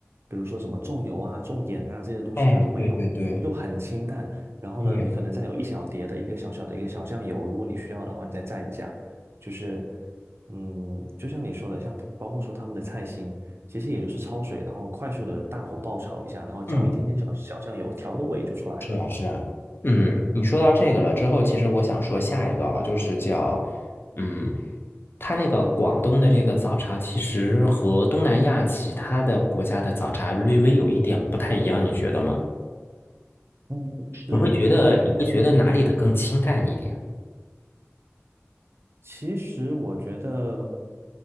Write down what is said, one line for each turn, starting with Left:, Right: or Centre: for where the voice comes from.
Right: 比如说什么重油啊、重盐啊这些东西，
Left: 哎，
Right: 它都没有，
Left: 对对对。
Right: 就很清淡。然后呢，
Left: 对，
Right: 你可能再有一小碟的一个小小的一个小酱油，如果你需要的话，你再蘸一下，就是。嗯，就像你说的，像包括说他们的菜心，其实也就是焯水，然后快速的大火爆炒一下，然后浇一点点小小酱油，
Left: 嗯，
Right: 调个味就出来了。
Left: 是啊，是啊，嗯，你说到这个了之后，其实我想说下一个啊，就是叫，嗯，它那个广东的这个早茶，其实和东南亚其他的国家的早茶略微有一点不太一样，你觉得吗？
Right: 嗯，是因为，
Left: 你会觉得你会觉得哪里的更清淡一点？
Right: 嗯其实我觉得，